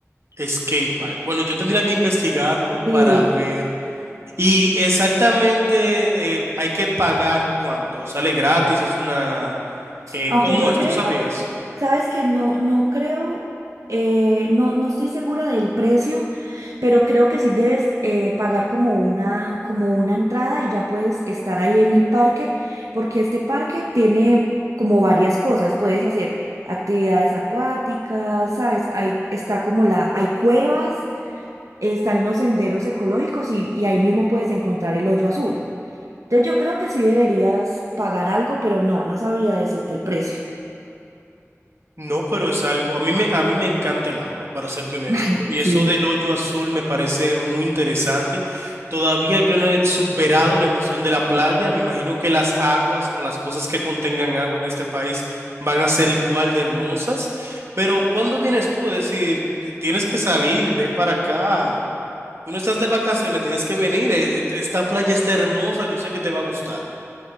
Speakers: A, on the right; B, on the right.
A: Skate Park. Bueno, yo tendría que investigarlo para
B: sí
A: ver. Y exactamente eh, hay que pagar cuánto. ¿Sale gratis? ¿Es una... eh,
B: Aunque
A: ¿cómo
B: yo
A: es?
B: creo,
A: ¿Tú sabrías?
B: sabes que no, no creo, eh, no, no estoy segura del precio, pero creo que sí debes eh, pagar como una, como una entrada y ya puedes estar ahí en el parque, porque este parque tiene como varias cosas. Puedes hacer actividades acuáticas, sabes, ahí está como la, hay cuevas, están los senderos ecológicos y, y ahí mismo puedes encontrar el hoyo azul. Entonces yo creo que sí deberías pagar algo, pero no, no sabría decirte el precio.
A: No, pero es algo, a mí me, a mí me encanta el agua, para serte honesto,
B: Ay,
A: y
B: sí.
A: eso del hoyo azul me parece muy interesante. Todavía yo no he superado la emoción de la playa, me imagino que las aguas o las cosas que contengan agua en este país van a ser igual de hermosas, pero ¿cuándo vienes tú? Es decir, t- tienes que salir, ven para acá, tú no estás de vacaciones, tienes que venir, eh, eh, esta playa está hermosa, yo sé que te va a gustar.